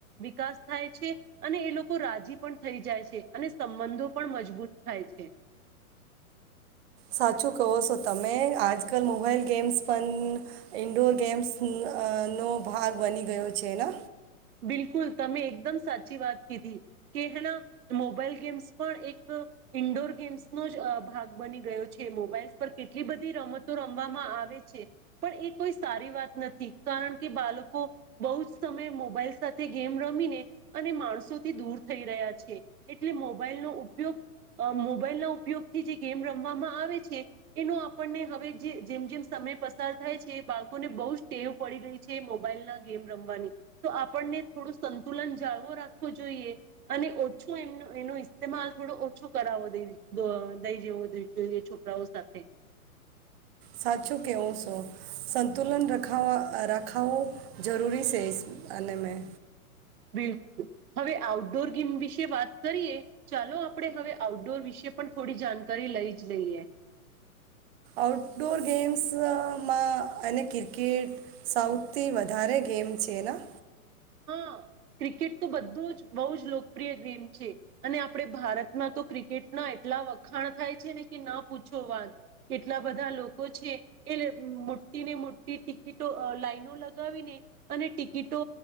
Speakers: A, on the right; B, on the right.
A: વિકાસ થાય છે અને એ લોકો રાજી પણ થઈ જાય છે અને સંબંધો પણ મજબૂત થાય છે.
B: સાચું કહો છો તમે આજકાલ મોબાઈલ ગેમ્સ પણ ઈન્ડોર ગેમ્સ નો ભાગ બની ગયો છે ને?
A: બિલકુલ તમે એકદમ સાચી વાત કીધી કે હેના મોબાઈલ ગેમ્સ પણ એક ઇન્ડોર ગેમ્સનો જ ભાગ બની ગયો છે, મોબાઈલસ પર કેટલી બધી રમતો રમવામાં આવે છે પણ એ કોઈ સારી વાત નથી કારણ કે બાળકો બહુ જ સમયે મો મોબાઈલ સાથે ગેમ રમીને અને માણસોથી દૂર થઈ રહ્યા છે એટલે મોબાઈલનો ઉપયોગ મોબાઈલ ના ઉપયોગથી જે ગેમ રમવામાં આવે છે એનો આપણને હવે જે જેમ જેમ સમય પસાર થાય છે બાળકોને બહુ ટેવ પડી રહી છે મોબાઈલ ના ગેમ રમવાની. તો આપણને થોડું સંતુલન જાળવો રાખવો જોઈએ અને ઓછો એ એનો ઇસ્તેમાલ થોડો ઓછો કરાવો દઈ જવો જોઈએ છોકરાઓ સાથે
B: સાચું કે હું શું સંતુલનખ રાખાવું જરૂરી છે અને મેં
A: બિલકુલ હવે આઉટડોર ગેમ વિશે વાત કરીએ ચાલો આપણે હવે આઉટડોર વિશે પણ થોડી જાણકારી લઈ જ લઈએ.
B: આઉટડોર ગેમ્સમાં એને ક્રિકેટ સૌથી વધારે ગેમ છે. એના
A: હા ક્રિકેટ તો બધું જ બહ જ લોકપ્રિય ગેમ છે અને આપણે ભારતમાં તો ક્રિકેટના એટલા વખાણ થાય છે ને કે ના પૂછો વાન કેટલા બધા લોકો છે એ મોટી ને મોટી ટિકિટો લાઈનો લગાવીને અને ટિકિટો